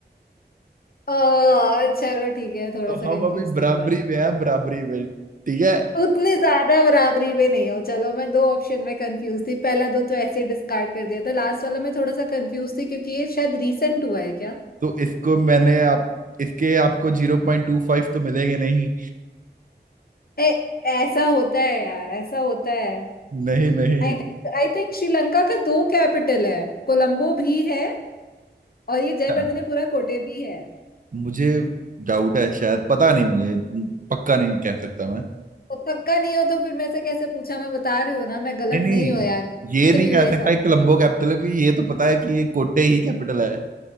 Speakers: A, on the left; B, on the right.
A: ओ चलो ठीक है थोड़ा
B: तो
A: सा
B: हम
A: कंफ्यूज
B: अभी बराबरी
A: थी मैं
B: में हैं बराबरी में ठीक है
A: उतने ज्यादा बराबरी पे नहीं हो चलो मैं दो ऑप्शन में कंफ्यूज थी पहला दो तो ऐसे डिस्कार्ड कर दिया था लास्ट वाला मैं थोड़ा सा कंफ्यूज थी क्योंकि ये शायद रीसेंट हुआ है क्या
B: तो इसको मैंने आप इसके आपको जीरो पॉइंट टू फाइव तो मिलेंगे नहीं
A: ए, ऐसा होता है यार ऐसा होता है
B: नहीं नहीं
A: आई थिंक आई थिंक श्रीलंका का दो कैपिटल है कोलंबो भी है और ये जयवर्धनेपुरा
B: अच्छा,
A: कोटे भी है
B: मुझे डाउट है शायद पता नहीं मुझे पक्का नहीं कह सकता मैं
A: तो पक्का नहीं हो तो फिर मैं से कैसे पूछा मैं बता रही हूँ ना मैं गलत
B: नहीं नहीं
A: नहीं हूँ यार जीत
B: ये नहीं
A: रही
B: कह
A: हूँ ये
B: सकता कि कोलंबो कैपिटल है क्योंकि ये तो पता है कि ये कोटे ही कैपिटल है